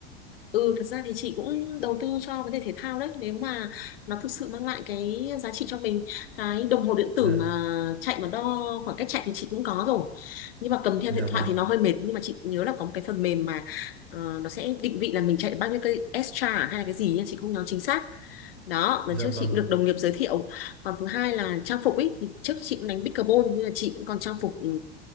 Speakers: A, on the left; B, on the right.
A: Ừ, thật ra thì chị cũng đầu tư cho vấn đề thể thao đấy nếu mà nó thực sự mang lại cái giá trị cho mình cái đồng hồ điện tử
B: dạ
A: mà chạy mà đo khoảng cách chạy thì chị cũng có rồi nhưng mà cầm theo
B: dạ
A: điện
B: vâng
A: thoại thì nó hơi mệt nhưng mà chị nhớ là có một cái phần mềm mà ờ, nó sẽ định vị là mình chạy được bao nhiêu cây extra hay là cái gì nha chị không nhớ chính xác đó
B: dạ
A: lần trước
B: vâng
A: chị cũng được đồng nghiệp giới thiệu còn thứ hai là trang phục ấy thì trước chị cũng đánh pickleball nhưng mà chị cũng còn trang phục ừ,